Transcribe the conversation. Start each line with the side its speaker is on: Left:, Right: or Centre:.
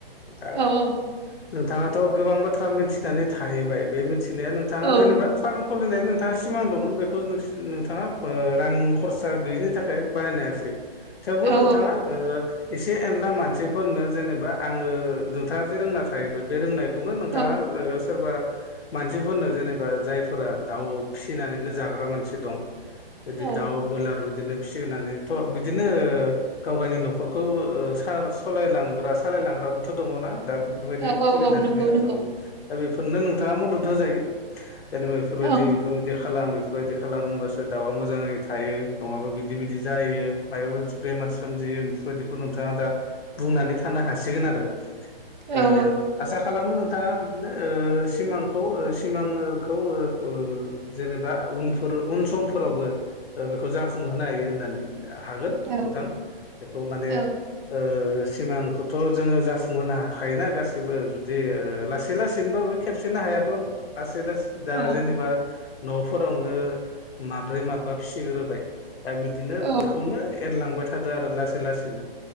Left: ओ दा
Right: औ औ
Left: नोंथाङाथ' गोबां बाथ्रा मिथिनानै थाहैबाय बे मिथि दिना नोंथाङा
Right: औ
Left: जेनेबा फार्म खुलिनायनि नोंथाङा सिमां दंमोन बेखौ नोंथाङा ओ रां खरसा गैयिनि थाखाय बानायनो हायासै थेवबो
Right: औ
Left: नोंथाङा ओ एसे एनला मानसिफोरनो जेनेबा आङो नोंथाङा जे रोंना थाहैबाय बे रोंनाय बेखौनो नोंथाङा
Right: औ
Left: ओ सोरबा मानसिफोरनो जेनेबा जायफोरा दाउ फिसिनानैनो जाग्रा मानसि दं बिदि
Right: औ
Left: दाउ ब्रयलार बिदिनो फिसिनानैथ' बिदिनो ओ गाव गावनि न'खरखौ ओ साल सलायलांग्रा सालायलांग्रा <unintelligible> दङ ना? दा बेफोरबायदि
Right: औ औ
Left: खुलिनानैनो
Right: औ नंगौ नंगौ
Left: औ दा बेफोरनो नोंथाङा मदद होजायो। जेनेबा बेफोरबायदि
Right: औ औ
Left: बेफोरबायदि खालाम बे फोरबायदि खालामबासो दाउआ मोजाङै थायो। नङाबा बिदि बिदि जायो मायबा मोनसे बेमार सोमजि <unintelligible> नोंथाङा दा बुंनानै थानो हासिगोन आरो।
Right: औ
Left: ओ आसा खालामो नोंथाङा बिदिनो ओ सिमांखौ ओ सिमांखौ ओ बो जेनेबा उनफोर उन समफोरावबो ओ बेखौ जाफुं होनो हायो होननानै हागोन
Right: औ
Left: नोंथां बेखौ माने
Right: औ
Left: ओ सिमांखौथ जोङो जा जाफुंहोनो हाखायोना गासिबो जुदि लासै लासैनोबाबो खेबसेनो हायाब्लाबो लासै लासै दा
Right: औ
Left: जेनेबा नफोरावनो माब्रै माबा फि फिग्रोबाय दा बिदिनो बेखौनो
Right: औ
Left: एरलांबाय थादो आरो लासै लासैनो